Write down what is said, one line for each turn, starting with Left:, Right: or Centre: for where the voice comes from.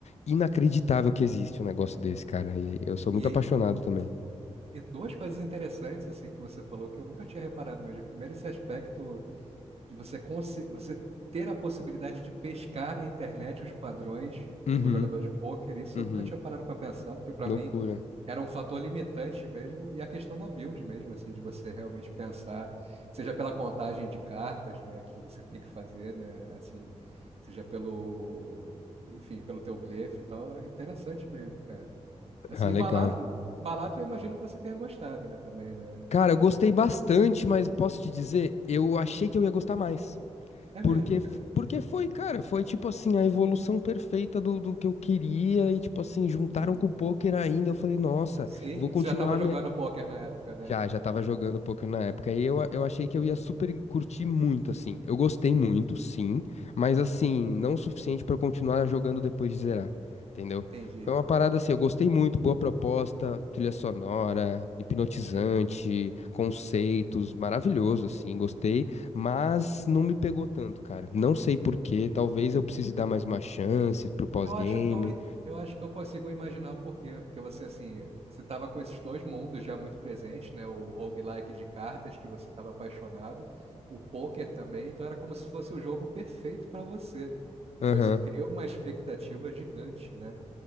Left: inacreditável que existe um negócio desse, cara. E eu sou
Right: E,
Left: muito apaixonado também.
Right: e duas coisas interessantes assim que você falou que eu nunca tinha reparado mesmo. Primeiro, esse aspecto de você consi... você ter a possibilidade de pescar na internet os padrões
Left: Uhum,
Right: de um jogador de pôquer. Isso
Left: uhum.
Right: eu nunca tinha parado para pensar, porque para
Left: Loucura.
Right: mim era um fator limitante mesmo, e a questão da build mesmo, assim, de você realmente pensar, seja pela contagem de cartas, né, que você tem que fazer, né, assim, seja pelo, enfim, pelo teu blefe e tal, é interessante mesmo, cara. Assim,
Left: Ah,
Right: e
Left: legal.
Right: Balatro, Balatro eu imagino que você tenha gostado, né, também, né?
Left: Cara, eu gostei bastante, mas posso te dizer, eu achei
Right: Hum.
Left: que eu ia gostar mais.
Right: É
Left: Porque,
Right: mesmo, cara.
Left: f- porque foi, cara, foi tipo assim, a evolução perfeita do, do que eu queria e tipo assim, juntaram
Right: Sim.
Left: com o poker ainda. Eu falei, nossa,
Right: Sim,
Left: vou
Right: você
Left: continuar
Right: já estava jogando
Left: minha.
Right: pôquer na época, né?
Left: Já, já
Right: Já
Left: tava
Right: estava
Left: jogando poker
Right: Entendi,
Left: na época. E eu, eu achei que
Right: entendi,
Left: eu ia super curtir muito, assim. Eu gostei
Right: entendi,
Left: muito, sim, mas assim, não o suficiente pra eu continuar jogando depois de zerar. Entendeu?
Right: entendi.
Left: Foi uma parada assim, eu gostei muito, boa proposta, trilha sonora, hipnotizante,
Right: Sim,
Left: conceitos, maravilhoso, assim, gostei, mas não me pegou tanto, cara. Não sei por quê,
Right: entendi.
Left: talvez eu precise dar mais uma chance pro pós-game.
Right: Eu acho que eu, en- eu acho que eu consigo imaginar o porquê, porque você assim, você estava com esses dois mundos já muito presentes, né? O roguelike de cartas que você estava apaixonado, o poker também, então era como se fosse o jogo perfeito para você. Então
Left: Aham.
Right: isso cria uma expectativa gigante, né?